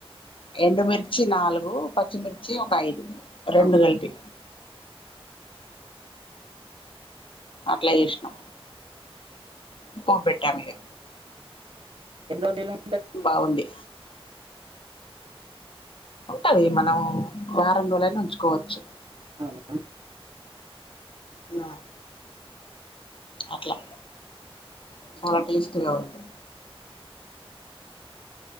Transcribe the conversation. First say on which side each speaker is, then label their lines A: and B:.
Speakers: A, on the left (about 60°); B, on the right (about 60°).
A: ఎండుమిర్చి నాలుగు పచ్చిమిర్చి ఒక ఐదు రెండు
B: అవునా
A: కలిపి అట్లా ఇష్టం పోపు బెట్టాములె
B: ఎన్నో దినం
A: బావుంది ఉంటాది మనం వారం రోజులైనా ఉంచుకోవచ్చు
B: అవునా
A: ఆ అట్లా చాలా టేస్ట్ గా ఉంది